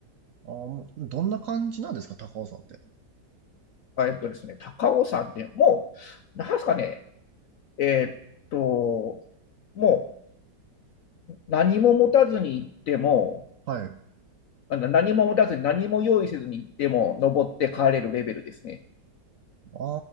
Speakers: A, on the right; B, on the left.
A: あー、もうどんな感じなんですか、高尾山って。
B: えっとですね、高尾山ってもう、なんですかね、えーっと、もう何も持たずに行っても、
A: はい。
B: 何も持たずに何も用意せずに行っても登って帰れるレベルですね。
A: あ